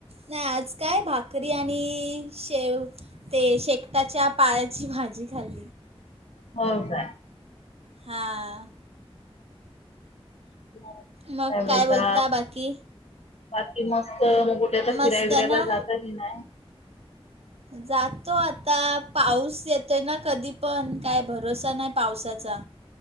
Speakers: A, on the right; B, on the left.
A: नाही आज काय भाकरी आणि शेव ते शेकटाच्या पायाची भाजी खाली.
B: हो काय?
A: हां.
B: काय
A: मग
B: म्हणता?
A: काय बोलता बाकी
B: बाकी मस्त, मग कुठे तर
A: मस्त
B: फिराय विरायला
A: ना
B: जाता की नाही?
A: जातो आता पाऊस येतोय ना कधी पण काय भरोसा नाही, पावसाचा,